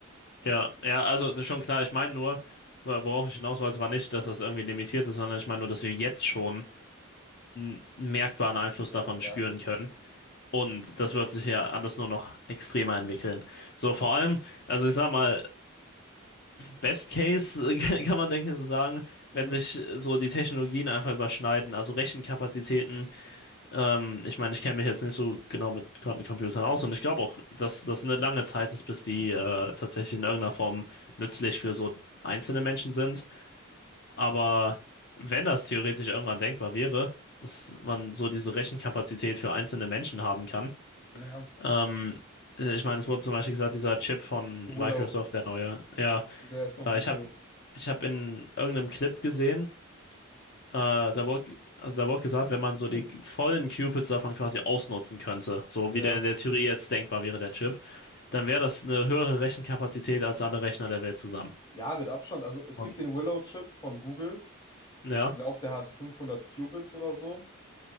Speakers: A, on the left (about 55°); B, on the left (about 20°).
A: ja, ja, also das ist schon klar, ich meine nur, worauf ich hinaus wollte, war nicht, dass das irgendwie limitiert ist, sondern ich meine nur, dass wir jetzt schon einen merkbaren Einfluss davon
B: Ja.
A: spüren können. Und das wird sich ja alles nur noch extremer entwickeln. So, vor allem, also ich sag mal, Best Case äh, <laughs> kann man, denke ich, so sagen,
B: Mhm.
A: wenn sich äh, so die Technologien einfach überschneiden, also Rechenkapazitäten. Ähm, ich meine, ich kenne mich jetzt nicht so genau mit Quantencomputern aus und ich glaube auch, dass das eine lange Zeit ist, bis die äh, tatsächlich in irgendeiner Form nützlich für so einzelne Menschen sind. Aber wenn das theoretisch irgendwann denkbar wäre, dass man so diese Rechenkapazität für einzelne Menschen haben kann,
B: Ja.
A: ähm, äh, ich meine, es wurde zum Beispiel gesagt, dieser Chip von
B: Willow,
A: Microsoft, der neue, ja.
B: der ist von
A: Äh,
B: Google.
A: ich habe ich hab in irgendeinem Clip gesehen, äh, da wurde, also da wurde gesagt,
B: <laughs>
A: wenn man so
B: Mhm.
A: die vollen Cupids davon quasi ausnutzen könnte, so
B: Ja.
A: wie der in der Theorie jetzt denkbar wäre, der Chip, dann wäre das eine höhere Rechenkapazität als alle Rechner der Welt zusammen.
B: Ja, mit Abstand. Also es
A: Und
B: gibt den Willow-Chip von Google.
A: Ja,
B: Ich glaube, der hat 500 Qubits oder so.